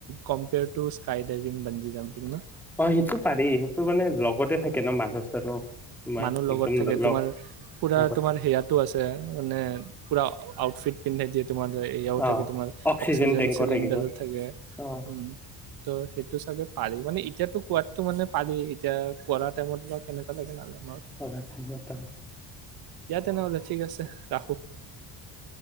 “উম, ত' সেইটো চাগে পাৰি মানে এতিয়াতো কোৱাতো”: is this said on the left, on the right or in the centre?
Right